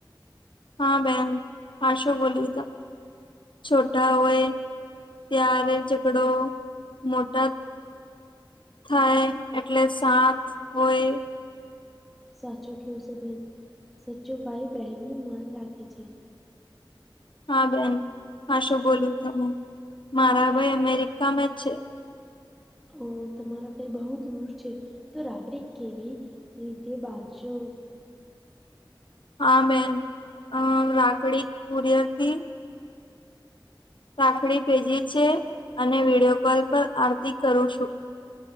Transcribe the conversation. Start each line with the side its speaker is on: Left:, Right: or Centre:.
Left: હા બેન હાશું બોલ્યું તમ છોટાઓ એ ત્યારે ઝગડો મોટા થાય એટલે સાથ હોય.
Centre: સાચું કયો સો બેન સાચો ભાઈ બહેન નું માન રાખે છે.
Left: હા બેન હાશું બોલું તમે મારા ભાઈ અમેરિકામાં છે.
Centre: અ તમારા ભાઈ બહુ દૂર છે તો રાખડી કેવી? રીતે બાંધશો.
Left: હા બેન અ રાખડી કુરિયરથી રાખડી ભેજી છે અને વિડિયો કોલ પર આરતી કરું છું.